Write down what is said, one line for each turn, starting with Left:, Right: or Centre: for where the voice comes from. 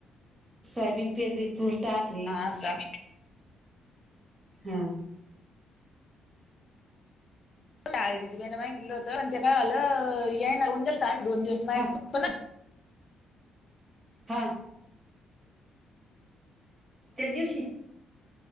Right: सोयाबीन पेरली तुरक टाकली.
Left: अच्छा....
Right: हा.
Left: आयडीजी बी मागितेल होतण पण ते काय झाल यांनी गेल तर आम्ही दोन दिवस मळ्यात
Right: हा
Left: होतो ना.
Right: हा... त्या दिवशी-